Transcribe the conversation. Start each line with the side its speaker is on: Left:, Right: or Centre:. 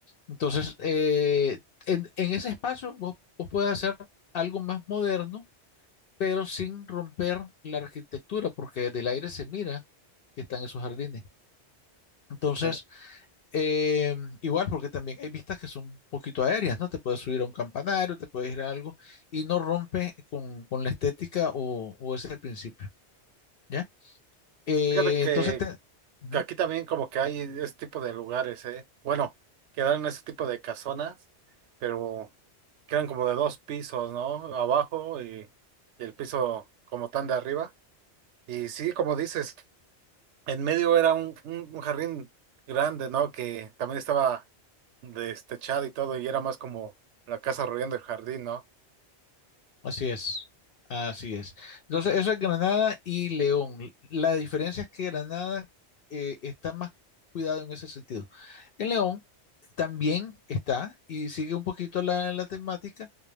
Left: Entonces, eh, en, en ese espacio vos, vos puedes hacer algo más moderno pero sin romper la arquitectura, porque del aire se mira que están esos jardines. Entonces,
Right: Bien.
Left: eh, igual, porque también hay vistas que son un poquito aéreas, ¿no? Te puedes subir a un campanario, te puedes ir a algo, y no rompe con, con la estética o, o ese principio, ¿ya? Eh,
Right: Fíjate que
Left: entonces, te- ujú.
Right: que aquí también como que hay ese tipo de lugares, ¿eh? Bueno, quedaron ese tipo de casonas, pero quedan como de dos pisos, ¿no? Abajo y, y el piso como tan de arriba. Y sí, como dices, en medio era un, un- un jardín grande, ¿no? Que también estaba destechado y todo, y era más como la casa rodeando el jardín, ¿no?
Left: Así es, así es. Entonces, eso es Granada y León. La diferencia es que Granada eh, está más cuidado en ese sentido. En León también está y sigue un poquito la, la temática,